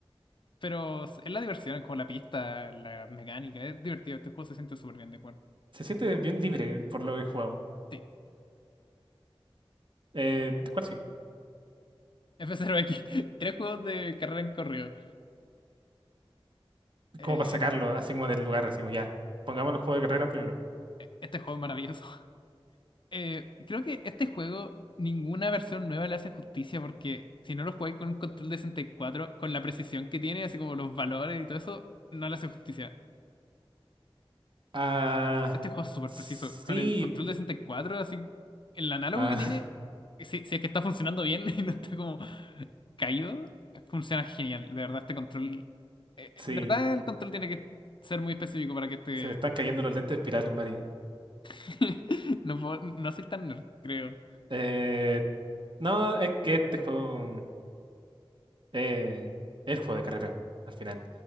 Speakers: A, on the left; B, on the right.
A: Pero es la diversión, es como la pista, la mecánica, es divertido. Este juego se siente súper bien de jugar.
B: Se siente bien libre por lo que he jugado.
A: Sí.
B: Eh, ¿cuál sigue?
A: F0 X, <laughs> tres juegos de carrera en corrido. Eh,
B: Como para sacarlo, así como del lugar, así como ya. Pongamos los juegos de carrera primero.
A: e, este juego es maravilloso. <laughs> Eh, creo que este juego, ninguna versión nueva le hace justicia porque si no lo jugáis con un control de 64, con la precisión que tiene, así como los valores y todo eso, no le hace justicia.
B: Ah,
A: Este juego es súper
B: sí.
A: preciso. Con el control de 64, así, el análogo
B: Ah,
A: que tiene, si, si es que está funcionando bien <laughs> y no está como Kaido funciona genial. De verdad, este control. eh,
B: <laughs>
A: eh,
B: sí.
A: de verdad, el control tiene que ser muy específico para que este.
B: Se están cayendo los lentes espirales, Mari.
A: <laughs> No, puedo- no soy tan nerd, creo.
B: Eh, no, es que este juego eh, es el juego de carrera, al final.